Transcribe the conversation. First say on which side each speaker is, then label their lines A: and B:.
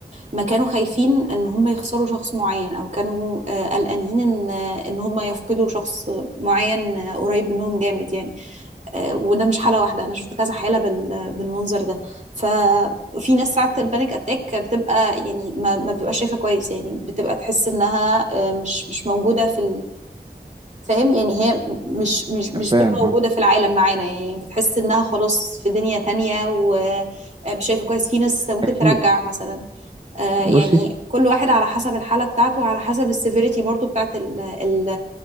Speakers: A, on the right (about 45°); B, on the right (about 30°).
A: ما كانوا خايفين ان هم يخسروا شخص معين او كانوا آه، قلقانين ان ان هم يفقدوا شخص معين آه، قريب منهم جامد يعني آه، وده مش حالة
B: م-
A: واحدة أنا شفت كذا حالة بال- بالمنظر ده ففي ناس ساعات البانيك
B: م-
A: أتاك بتبقى يعني ما ما بتبقاش شايفة كويس يعني بتبقى تحس إنها آه، مش مش موجودة في فاهم يعني هي مش مش مش
B: فاهم
A: بتبقى موجودة
B: اه
A: في العالم معانا يعني بتحس انها خلاص في دنيا تانية ومش شايفة كويس في ناس ممكن
B: اكيد
A: ترجع مثلا آه، يعني
B: بصي
A: كل واحد على حسب الحالة بتاعته وعلى حسب السيفيريتي برضو بتاعت ال ال